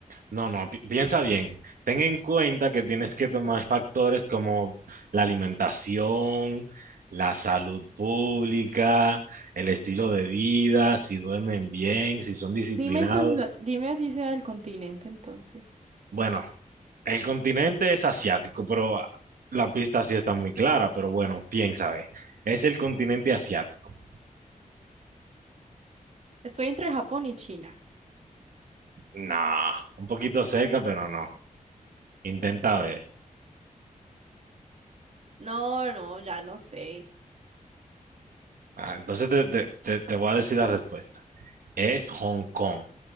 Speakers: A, on the right; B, on the right.
A: No, no, pi- piensa bien. Ten en cuenta que tienes que tomar factores como la alimentación, la salud pública, el estilo de vida, si duermen bien, si son disciplinados.
B: Dime entonces, a- dime así sea el continente entonces.
A: Bueno, El continente es asiático, pero ah, la pista sí está muy clara, pero bueno, piensa, ve. Es el continente asiático.
B: Estoy entre Japón y China.
A: No, un poquito cerca, pero no. Intenta ver.
B: No, no, ya no sé.
A: Ah, entonces te, te- te- te voy a decir la respuesta. Es Hong Kong.